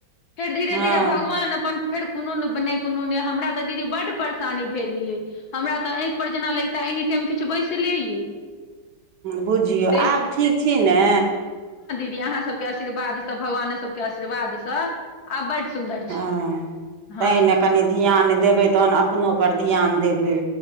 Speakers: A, on the left (about 65°); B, on the right (about 65°).
A: कऽ धीरे
B: हँ
A: धीरे भगवान अपन फेर कोनो ने ने कोनो ने हमरा ते दीदी बड्ड परेशानी भेल ये हमरा तऽ ऑखि पर जेना लैगते एनिटाइम किछु बैसले यै
B: बुझियौ
A: तेहन
B: आब ठीक छी ने
A: दिदी अहाँ सब के आशीर्वाद सँ भगवान सबके आशीर्वाद सँ आब बड्ड सुन्दर छी
B: हाँ
A: हँ
B: तैंनै कनी ध्यान देबै तहन अपनो पर ध्यान देबै